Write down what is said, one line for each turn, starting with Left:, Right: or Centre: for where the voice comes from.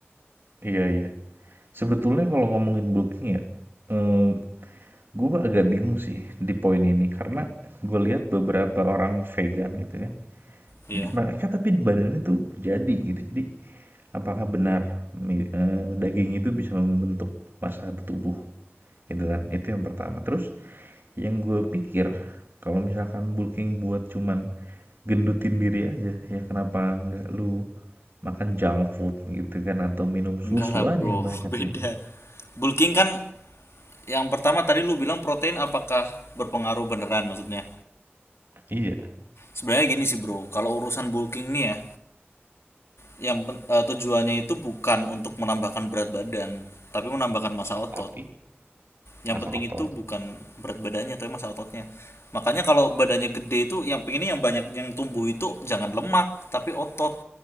Right: iya iya. Sebetulnya kalau ngomongin booking ya, eh, gue agak bingung sih di poin ini karena gue lihat beberapa orang vegan gitu kan,
Left: Iya.
Right: di- mereka tapi badannya tuh jadi gitu. Jadi apakah benar mi- eh, daging itu bisa membentuk massa tubuh gitu kan? Itu yang pertama. Terus yang gue pikir kalau misalkan bulking buat cuman gendutin diri aja ya kenapa nggak lu makan junk food gitu kan atau minum
Left: Enggak
Right: susu
Left: lah
Right: aja
Left: bro,
Right: yang banyak
Left: <laughs> beda.
Right: gitu kan
Left: Bulking kan yang pertama tadi lu bilang protein apakah berpengaruh beneran maksudnya?
Right: Iya,
Left: Sebenarnya gini sih bro, kalau urusan bulking nih ya, yang pen- eh, tujuannya itu bukan untuk menambahkan berat badan, tapi menambahkan massa otot.
Right: tapi
Left: Yang
Right: masuk
Left: penting
Right: akal.
Left: itu bukan berat badannya, tapi masa ototnya. Makanya kalau badannya gede itu yang pengennya yang banyak yang tumbuh itu jangan lemak, tapi otot.